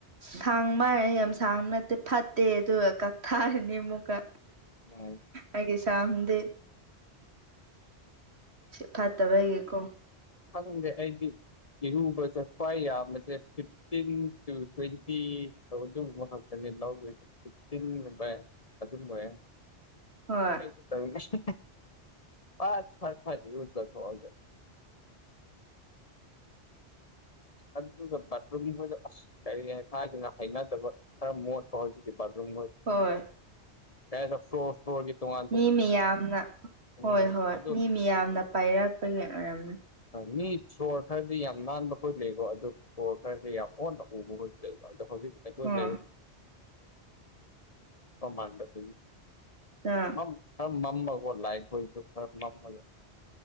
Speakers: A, on the right; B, on the left.
A: ꯊꯥꯡꯕ ꯍꯥꯏꯔꯅꯤ ꯌꯥꯝ ꯁꯥꯡꯕ ꯅꯠꯇꯦ ꯐꯠꯇꯦ ꯑꯗꯨꯒ ꯀꯛꯊꯥꯔꯅꯤ ꯑꯃꯨꯛꯀꯥ
B: ꯎꯝ
A: ꯑꯩꯗꯤ ꯁꯝꯗꯤ ꯐꯠꯇꯥꯕꯒꯤꯀꯣ
B: ꯈꯪꯗꯦ ꯑꯩꯗꯤ ꯏꯔꯨꯕꯁꯦ ꯈ꯭ꯋꯥꯏ ꯌꯥꯝꯕꯥꯁꯦ ꯐꯤꯇꯤꯟ ꯇꯨ ꯇ꯭ꯋꯦꯟꯇꯤ ꯑꯗꯨꯒꯨꯝꯕꯥ ꯈꯛꯇꯥꯅꯦ ꯂꯧꯗꯣꯏꯁꯦ ꯐꯤꯇꯤꯟ ꯚꯥꯏ ꯑꯗꯨꯝꯕꯥ ꯍꯥꯏꯅꯨ
A: ꯍꯣꯏ
B: <unintelligible> ꯑꯗꯨꯒꯥ ꯕꯥꯠꯔꯨꯝꯍꯣꯏꯗꯣ ꯀꯔꯤ ꯍꯥꯏꯗꯨꯅ ꯍꯩꯅꯗꯕ ꯈꯔ ꯃꯣꯠꯄ ꯍꯧꯖꯤꯛꯀꯤ ꯕꯥꯠꯔꯨꯝ
A: ꯍꯣꯏ
B: <unintelligible> <unintelligible>
A: ꯃꯤ ꯃꯤꯌꯥꯝꯅ ꯍꯣꯏ
B: ꯎꯝ
A: ꯍꯣꯏ
B: ꯑꯗꯨ
A: ꯃꯤ ꯃꯤꯌꯥꯝꯅ ꯄꯥꯏꯔꯛꯄꯒꯤ ꯑꯣꯏꯔꯝꯅꯤ
B: ꯃꯤ ꯁꯣꯔ ꯈꯔꯗꯤ ꯌꯥꯝ ꯅꯥꯟꯕ ꯑꯩꯈꯣꯏ ꯂꯩꯕ ꯑꯗꯨ ꯈꯔꯁꯦ ꯌꯥꯝ ꯑꯣꯟꯅ ꯎꯕꯥ ꯂꯩꯕ ꯑꯗꯣ ꯍꯧꯖꯤꯛꯤ ꯑꯩꯈꯣꯏ
A: ꯎꯝ
B: ꯂꯩ <unintelligible>
A: <unintelligible>
B: ꯃꯝ ꯈꯔꯥ ꯃꯝꯃꯕꯥꯀꯣ ꯂꯥꯏꯛ ꯑꯣꯏꯁꯨ ꯈꯔ ꯃꯝꯃꯥ